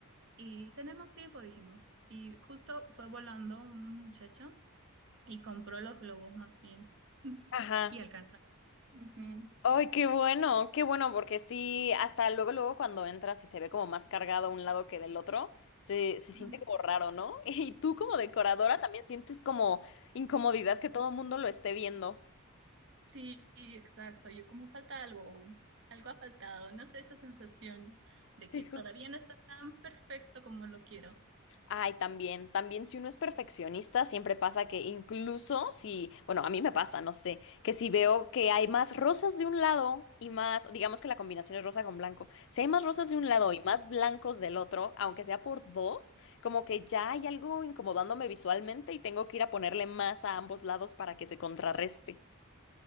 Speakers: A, on the right (about 55°); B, on the left (about 55°).
A: y tenemos tiempo, dijimos. Y justo fue volando un muchacho y compró los globos más bien, <laughs>
B: Ajá.
A: y alcanzamos. Ujú,
B: Ay, qué bueno, qué bueno, porque sí, hasta luego, luego cuando entras y se ve como más cargado un lado que del otro, se, se
A: ujú.
B: siente como raro, ¿no? <laughs> Y tú como decoradora también sientes como incomodidad que todo el mundo lo esté viendo.
A: Sí, exacto. Yo como falta algo, algo ha faltado. No sé, esa sensación de
B: Sí,
A: que todavía no está tan perfecto como lo quiero.
B: Ay, también, también si uno es perfeccionista, siempre pasa que incluso si, bueno, a mí me pasa, no sé, que si veo que hay más rosas de un lado y más, digamos que la combinación es rosa con blanco, si hay más rosas de un lado y más blancos del otro, aunque sea por dos, como que ya hay algo incomodándome visualmente y tengo que ir a ponerle más a ambos lados para que se contrarreste.